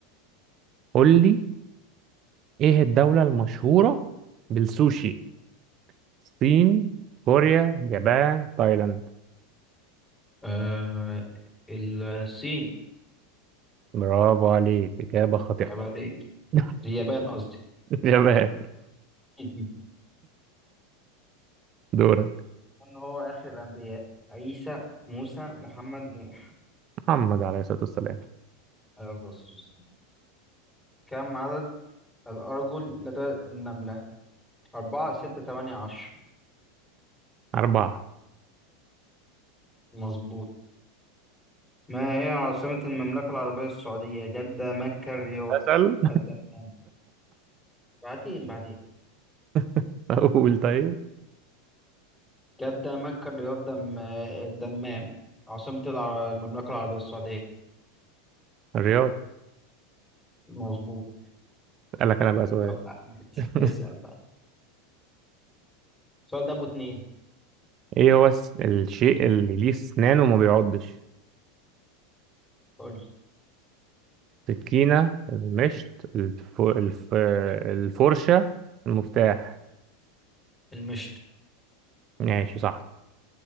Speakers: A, on the right; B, on the left.
A: قول لي ايه الدولة المشهورة بالسوشي الصين كوريا اليابان تايلاند
B: آه الصين
A: برافو عليك إجابة خاطئة
B: عيب عليك
A: <laughs>
B: اليابان قصدي
A: اليابان
B: <laughs> مهم.
A: دورك
B: ان هو اخر الانبياء عيسى موسى محمد نوح
A: محمد عليه الصلاة والسلام
B: عليه أفضل الصلاة والسلام. كم عدد الارجل لدى النملة أربعة ستة تمانية عشر
A: أربعة
B: مظبوط ما هي عاصمة المملكة العربية السعودية جدة مكة الرياض
A: أسأل
B: الدمام بعدين بعدين
A: <laughs> أقول طيب
B: جدة مكة الرياض دم الدمام عاصمة العر... المملكة العربية السعودية
A: الرياض
B: مظبوط
A: أسألك أنا بقى سؤال
B: يلا ماشي.
A: <laughs>
B: اسأل بقى السؤال ده أبو اتنين
A: إيه هو الس- الشيء اللي ليه أسنان وما بيعضش
B: قول
A: السكينة المشط الف... الف... الفرشة المفتاح
B: المشت
A: ماشي صح